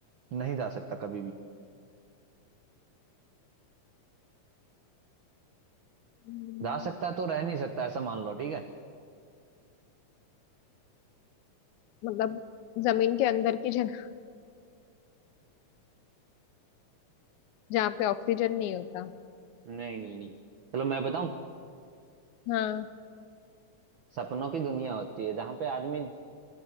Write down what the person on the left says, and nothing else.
हम्म,
मतलब जमीन के अंदर की जगह जहाँ पे ऑक्सीजन नहीं होता
हाँ